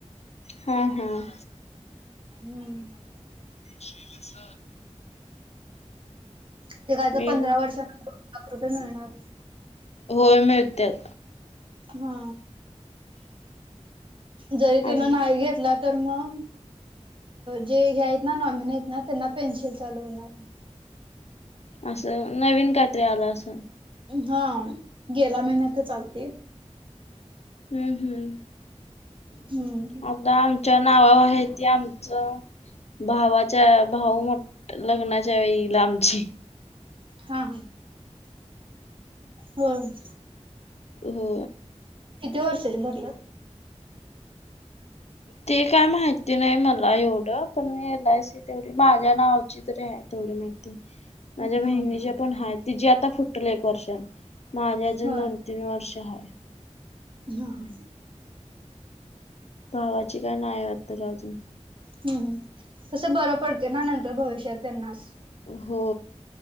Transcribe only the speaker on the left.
हा हम
शस <inaudible>
मी
होय मिळतात.
आम
असं नवीन काहीतरी आल असेल
हम्म हम्म
आता आमच्या नावावर आहे ते आमचं भावाच्या भाऊ मोठ लग्नाच्या वेळीला आंमची
हो
ते काय माहिती नाही मला एवढं पण एलआयसी तेवढी माझ्या नावची तरी आहे तेवढी माहिती माझ्या
बहिणीच्या
पण हाय तिजे आता फुटल एक वर्ष माझ्या अजून
दोन तीन वर्ष आहे.
भावाची काय नाही <unintelligible> अजून.
हो